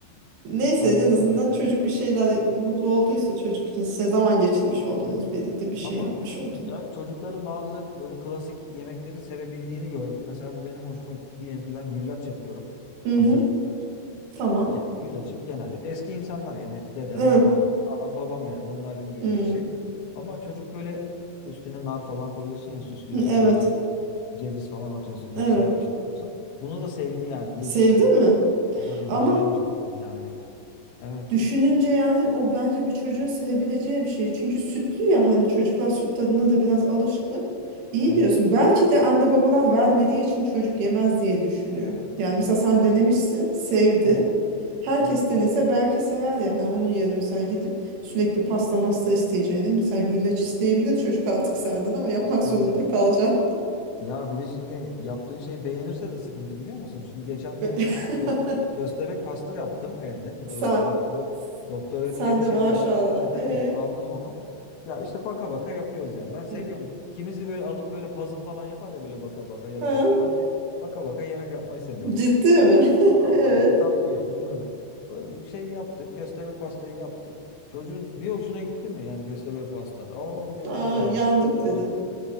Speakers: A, on the right; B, on the left.
A: Neyse
B: Aynen
A: en azından
B: öyle.
A: çocuk bir şeyler mutlu olduysa çocuk için size zaman geçirmiş oldunuz. Birlikte bir şey
B: Ama
A: yapmış oldunuz.
B: e, yani çocukların bazı böyle klasik yemekleri sevebildiğini gördüm. Mesela bu benim hoşuma gitti. Diyelim ki ben güllaç yapıyorum.
A: Hı
B: Hazır
A: hı.
B: güllaç.
A: Tamam.
B: Ee, yani güllaç gibi genelde eski insanlar yani dedem,
A: Evet.
B: baban, anam, babam yani onların yediği
A: Hı. Hı,
B: şey. Ama çocuk böyle üstüne nar falan koyuyorsun ya süslüyorsun
A: Evet.
B: böyle ceviz, ceviz falan atıyorsun
A: Evet.
B: böyle serpiştiriyorsun. Bunu da sevdi yani
A: Sevdi
B: yedi işte. "Aa,
A: mi?
B: baba diyor
A: Ama
B: bu güzelmiş falan yani. Evet.
A: Düşününce yani o bence bir çocuğun sevebileceği bir şey. Çünkü sütlü ya hani çocuklar süt tadına da biraz alışkın. İyi
B: Evet.
A: diyorsun. Belki de anne babalar vermediği için çocuk yemez diye düşünüyor. Yani mesela sen denemişsin, sevdi.
B: Hı hı.
A: Herkes
B: Evet.
A: denese belki sever yani. Onun yerine mesela gidip sürekli pasta masta isteyeceğini. Mesela güllaç isteyebilir çocuk artık senden ama yapmak
B: İsteyebilir.
A: zorunda kalacaksın.
B: Ya bir de şimdi yaptığın şey beğenirse de sıkıntı biliyor musun? Şimdi geçen ben ona
A: <laughs>
B: kö- köstebek pasta yaptım evde. Do-
A: Sen.
B: Doktor Ö- Doktor
A: Sen
B: Ötker'in
A: de
B: şeyi
A: maşallah.
B: var. Evet
A: e
B: evet aldım onu. Ya işte baka baka yapıyoruz yani. Ben seviyorum.
A: hı.
B: Kimisi böyle alıp böyle puzzle falan yapar ya böyle baka baka ya
A: Ha?
B: da başka. Ben de baka baka yemek yapmayı seviyorum.
A: Ciddi mi?
B: Vallahi
A: <laughs> Evet.
B: işte tatlı yapayım yemek. O Şey yaptık. Köstebek pastayı yaptık. Çocuğun bir hoşuna gitti mi yani köstebek pasta? Oo diyor
A: Aa,
B: ne kadar
A: yandık
B: güzel falan.
A: dedin.